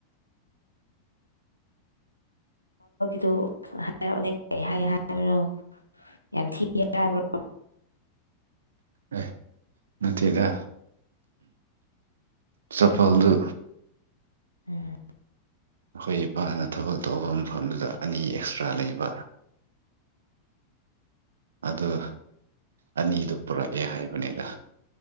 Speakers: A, on the left (about 85°); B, on the right (about 65°).
A: ꯗꯨ ꯍꯥꯏꯅꯤ ꯀꯔꯤ ꯍꯥꯏ ꯍꯥꯏꯕꯅꯣ ꯌꯥꯝ ꯊꯤꯒꯦ ꯍꯥꯏꯕꯣ
B: ꯑꯦ ꯅꯠꯇꯦꯗ ꯆꯄꯜꯗꯨ
A: ꯎꯝ
B: ꯑꯩꯈꯣꯏ ꯏꯄꯥꯅ ꯊꯕꯛ ꯇꯧꯕ ꯃꯐꯝꯗꯨꯗ ꯑꯅꯤ ꯑꯦꯛꯁꯇ꯭ꯔꯥ ꯂꯩꯕ ꯑꯗꯨ ꯑꯅꯤꯗꯨ ꯄꯨꯔꯛꯑꯦ ꯍꯥꯏꯕꯅꯤꯗ